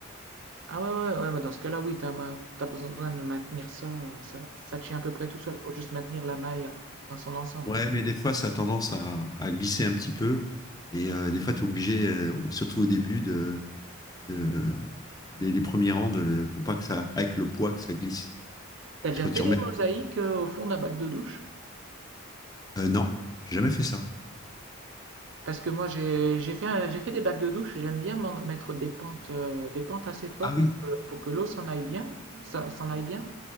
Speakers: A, on the right; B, on the left.
A: Ah ouais, ouais, ouais, bah dans ce cas-là, oui, t'as, ma- t'as besoin besoin de maintenir ça, euh, ça, ça tient à peu près tout seul, faut juste maintenir la maille euh, dans son ensemble.
B: Ouais, mais des fois, ça a tendance à, à glisser un petit peu. Et euh, des fois, tu es obligé, euh, surtout au début, de, de, les, les premiers rangs, de, pour pas que ça, avec le poids, que ça glisse.
A: T'as
B: C'est
A: déjà
B: quand
A: fait
B: tu remets.
A: des mosaïques euh, au fond d'un bac de douche?
B: Euh, non, j'ai jamais fait ça.
A: Parce que moi, j'ai, j'ai fait, un- j'ai fait des bacs de douche, et j'aime bien m'en- mettre des pentes, euh, des pentes assez fortes
B: Ah oui.
A: pour que, pour que l'eau s'en aille bien, ça, s'en aille bien.